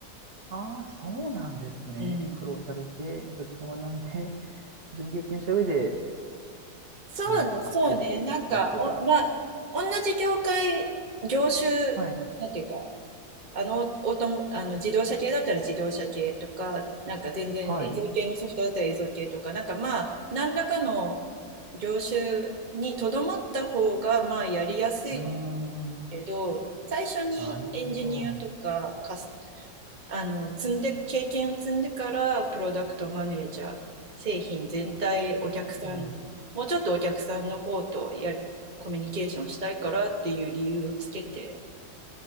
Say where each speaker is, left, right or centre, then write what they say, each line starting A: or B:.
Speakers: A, on the right; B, on the right.
A: ああ、そうなんですね。
B: う。うん。
A: 苦労されて、どっちも学んで、どっちも経験した上で
B: そう、
A: 何か得てきた人が。
B: そうね。なんか、お、まあ、同じ業界、業種、
A: はい。
B: なんていうか、あの、オートモ、あの自動車系だったら自動車系とか、なんか全然映像系のソフトだったら映像系とか、
A: はい。
B: なんかまあ、何らかの業種にとどまった方が、まあ、やりやすい
A: うーん。
B: けど、最初にエンジニアとか、
A: なるほど。
B: カス、あの、積んで、経験を積んでから、プロダクトマネージャー、製品全体、お客さん、
A: うんうん。
B: もうちょっとお客さんの方とやりコミュニケーションしたいからっていう理由をつけて、